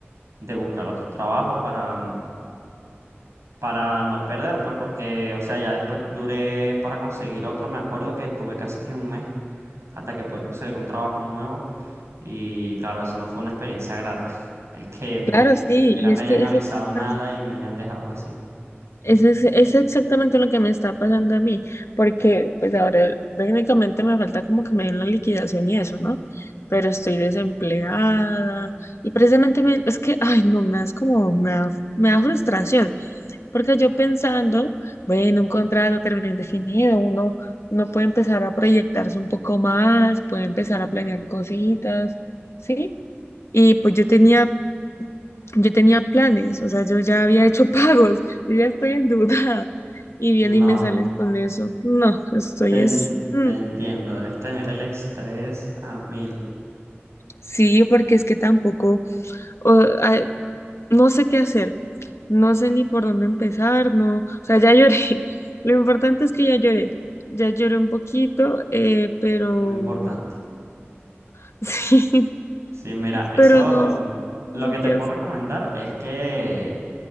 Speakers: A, on the right; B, on the left.
A: de buscar otro trabajo para mm, para no perder, pues porque, o sea, ya después duré para conseguir otro, me acuerdo que tuve casi que un mes hasta que pude conseguir un trabajo nuevo y claro, eso no fue una experiencia grata, <laughs> el que mm,
B: Claro, sí,
A: ni siquiera
B: y
A: me
B: es
A: hayan
B: que
A: avisado
B: es exactamente.
A: nada y me hayan dejado así.
B: Eso es, es exactamente lo que me está pasando a mí, porque pues ahora técnicamente me falta como que me den la liquidación y eso, ¿no? Pero estoy desempleada y precisamente me- es que, ay, no, me das como, me da, me da frustración, porque yo pensando, bueno, un contrato a término indefinido, uno, uno puede empezar a proyectarse un poco más, puede empezar a planear cositas, ¿sí? Y pues yo tenía yo tenía planes, o sea, yo ya había hecho <laughs> pagos, yo ya estoy endeudada y vienen
A: No,
B: y me salen con eso. No, estoy
A: te, en-
B: es, mm,
A: te entiendo, debes tener el estrés a mil,
B: sí, porque es que tampoco, o- ay, no sé qué hacer, no sé ni por dónde empezar, no, o sea, ya lloré. <laughs> Lo importante es que ya lloré, ya lloré un poquito, eh, pero
A: muy importante.
B: <laughs> sí,
A: Sí, mira, eso
B: pero no,
A: mm,
B: no
A: lo que
B: sé
A: te
B: qué
A: puedo recomendar es que